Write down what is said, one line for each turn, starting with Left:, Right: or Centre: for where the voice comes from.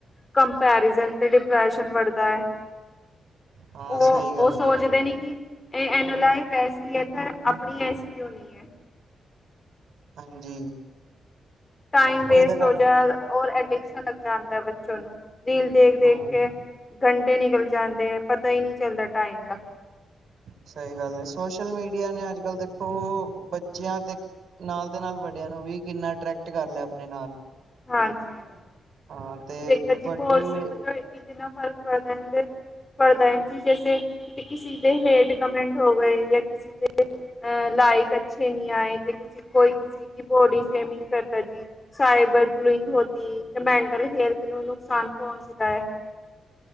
Left: ਕੰਪੈਰੀਜ਼ਨ ਤੇ ਡਿਪਰੈਸ਼ਨ ਵੜਦਾ ਹੈ
Right: ਹਾਂ
Left: ਉਹ
Right: ਸਹੀ ਗੱਲ
Left: ਉਹ ਸੋਚਦੇ
Right: ਹੈ।
Left: ਨੇ ਕਿ ਇਹ ਐਨ ਐਸੀ ਹੈ ਤੇ ਆਪਣੀ ਐਸੀ ਕਿਉ ਨਹੀਂ ਹੈ
Right: ਹਾਂਜੀ
Left: ਟਾਈਮ ਵੇਸਟ
Right: ਉਹੀ ਤਾਂ
Left: ਹੋ
Right: ਗੱਲ
Left: ਜਾ ਰ ਅਡਿਕਸ਼ਨ ਲੱਗ ਜਾਂਦਾ ਬੱਚੋਂ ਨੂੰ ਰੀਲ ਦੇਖ ਦੇਖ
Right: ਹਾਂ
Left: ਕੇ ਘੰਟੇ ਨਿਕਲ ਜਾਂਦੇ ਹੈ ਪਤਾ ਹੀ ਨਹੀਂ ਚੱਲਦਾ ਟਾਈਮ ਦਾ
Right: ਸਹੀ ਗੱਲ ਹੈ ਸੋਸ਼ਲ ਮੀਡੀਆ ਨੇ ਅੱਜ ਕੱਲ ਦੇਖੋ ਬੱਚਿਆਂ ਤੇ ਨਾਲ ਦੇ ਨਾਲ ਵੱਡਿਆਂ ਨੂੰ ਵੀ ਕਿੰਨਾ ਅਟਰੈਕਟ ਕਰ ਲਿਆ ਆਪਣੇ ਨਾਲ
Left: <inaudible>
Right: ਹਾਂ ਤੇ ਵੱਡੇ ਵੀ
Left: ਪੜਦਾ ਜੀ ਜੈਸੇ ਕਿਸੀ ਦੇ ਹੇਡ ਕਮੈਂਟ ਹੋ ਗਏ ਜਾਂ ਦੇ ਅ ਲਾਇਕ ਅੱਛੇ ਨੀ ਆਏ ਤੇ ਕਿਸੇ ਕੋਈੇ ਬੋਡੀ ਸ਼ੇਮਿੰਗ ਕਰ ਜੀ ਸਬਰ ਬਲੂਇੰਗ ਹੋ ਤੇ ਮੈਂਟਲ ਹੈਲਥ ਨੂੰ ਨੁਕਸਾਨ ਪਹੁੰਚਦਾ ਹੈ